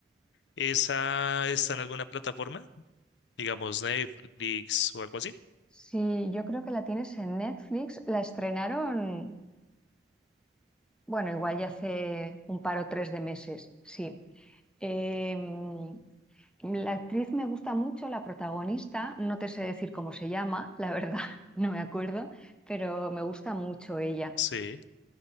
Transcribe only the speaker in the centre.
Sí, yo creo que la tienes en Netflix. La estrenaron, bueno, igual ya hace un par o tres de meses, sí. Em, la actriz me gusta mucho, la protagonista, no te sé decir cómo se llama, la verdad, <laughs> no me acuerdo, pero me gusta mucho ella.